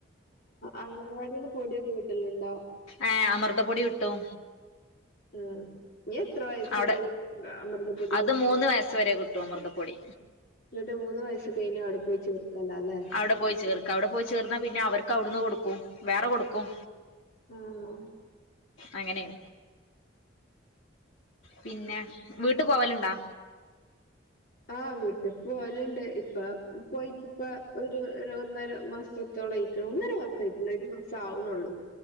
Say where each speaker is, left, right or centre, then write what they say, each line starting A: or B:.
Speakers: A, on the left; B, on the left.
A: അഗനവാടിന്ന് പൊടിയൊക്കെ കിട്ടലുണ്ടോ
B: ആഹ് അമൃതപ്പൊടി കിട്ടും
A: ഉം ഇനി എത്ര വയസ്
B: അവിടെ
A: വരെ അമൃതപ്പൊടി
B: അത് മൂന്ന് വയസ്സ് വരെ കി ട്ടും അമൃതപ്പൊടി
A: എന്നിട്ട് മൂന്ന് വയസ്സ് കയിഞ്ഞ അവിടെ പോയി ചേർക്കല അല്ലേ
B: അവിടെ പോയി ചേർ ക്ക അവിടെ പോയി ചേർന്നാ പിന്നെ അവർക്ക്‌ അവുടുന്ന് കൊടുക്കും വേറെ കൊടുക്കും
A: ആഹ്
B: അങ്ങനെയ പിന്നെ വീട്ട് പോവലുണ്ടാ
A: ആഹ് വീ ട്ട് പോവാലുണ്ട് ഇപ്പ പോയിട്ടിപ്പൊ ഒരു ഒര് ഒന്നര മാസത്തോളം ആയിക്കണ് ഒന്നരാ മ ഇല്ല ഒരു മാസാവുന്നുള്ളൂ